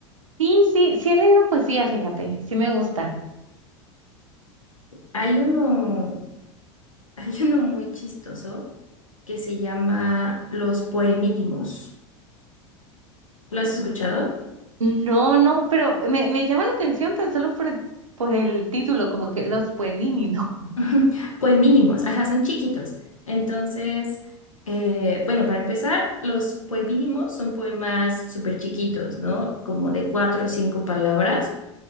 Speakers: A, on the right; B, on the left.
A: Sí, sí, sí he leído poesía, fíjate, sí me gusta.
B: Hay uno, <laughs> hay uno muy chistoso que se llama Los Poemínimos. ¿Lo has escuchado?
A: No, no, pero me, me llama la atención tan solo por, por el título, como que Los Pueníminos.
B: <laughs> Ujú, Pues mínimos, ajá, son chiquitos. Entonces, eh, bueno, para empezar, los pues mínimos son poemas súper chiquitos, ¿no? Como de cuatro o cinco palabras.